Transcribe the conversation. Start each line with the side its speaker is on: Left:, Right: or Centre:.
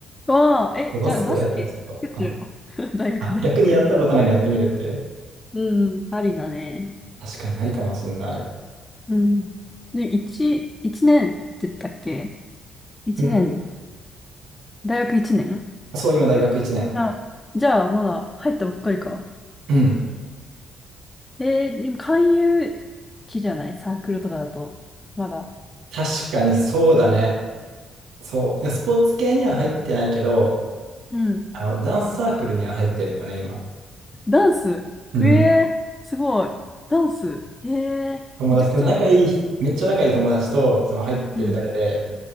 Left: わあ、え、
Right: でバスケだけはちょっと、
Left: じゃあ、バスケ、バスケするわ。
Right: あ、
Left: <laughs> 大学で。
Right: あ、逆にやったことないのやってみるっていう。
Left: うん、ありだね。
Right: 確かにありかもしんない。
Left: うん。で、一、一年って言ったっけ一年、
Right: うん。
Left: 大学一年
Right: そう、今大学1年。
Left: あ、じゃあ、まだ入ったばっかりか。
Right: うん。
Left: えー、今、勧誘期じゃないサークルとかだと。まだ。
Right: 確かにそうだね。そう。いやスポーツ系には入ってないけど、
Left: うん。
Right: あの、ダンスサークルには入ってるのよね、今。
Left: ダンスええー、
Right: うん。
Left: すごい。ダンスええー、
Right: 友達、
Left: めちゃくちゃ、
Right: でも仲いい、めっちゃ仲いい友達と、その入ってるだけで、
Left: うん。